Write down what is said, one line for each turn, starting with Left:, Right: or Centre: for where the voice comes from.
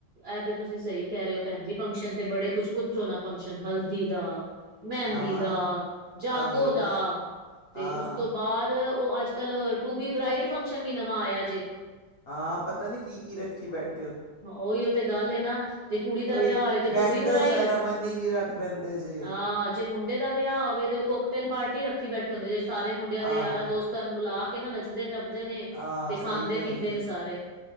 Right: ਇਹ ਤੇ ਤੁਸੀ ਸਹੀ ਕਹਿ ਰਹੇ ਹੋ ਭੈਣ ਜੀ ਫੰਕਸ਼ਨ ਤੇ ਬੜੇ ਕੁਛ ਪੁਛੋ ਨਾ ਫੰਕਸ਼ਨ ਹਲਦੀ ਦਾ ਮਹਿਦੀ
Left: ਆ
Right: ਦਾ ਜਾਗੋ
Left: ਆਹੋ
Right: ਦਾ ਤੇ
Left: ਆ
Right: ਉਸ ਤੋਂ ਬਾਅਦ- ਉਹ ਅਜ ਕਲ ਟੂ ਬੀ ਬਰਾਈਡ ਫੰਕਸ਼ਨ ਵੀ ਨਵਾ ਆਇਆ ਜੇ
Left: ਹਾਂ ਪਤਾ ਨਹੀ ਕੀ ਕੀ ਰਖੀ ਬੈਠ
Right: ਉਹੀ ਉਹ ਤੇ ਗੱਲ ਏ ਨਾ ਜੇ ਕੁੜੀ ਦਾ
Left: ਕੋਈ
Right: ਵਿਆਹ ਹੋਏ ਤੇ
Left: ਬੈਂਗਲ
Right: ਤੂੰ ਵੀ ਬਰਾਈਡ
Left: ਸੈਰਾਮਨੀ ਵੀ ਰੱਖ ਪੈਂਦੇ ਜੇ
Right: ਹ ਜੇ ਮੁੰਡੇ ਦਾ ਵਿਆਹ ਹੋਵੇ ਤੇ ਉਹ ਕੋਕਟੇਲ ਪਾਰਟੀ ਰਖੀ ਬੈਠੇ ਹੁੰਦੇ ਜੇ ਸਾਰੇ ਮੁੰਡਿਆਂ ਦੇ
Left: ਆਹੋ
Right: ਯਾਰਾਂ ਦੋਸਤ ਤੁਹਾਨੂੰ ਬੁਲਾ ਕੇ ਨਾ ਨੱਚਦੇ ਟੱਪਦੇ ਨੇ
Left: ਆ
Right: ਤੇ
Left: ਸਹੀ
Right: ਖਾਂਦੇ
Left: ਗੱਲ
Right: ਪੀਦੇ
Left: ਹੈ
Right: ਨੇ ਸਾਰੇ-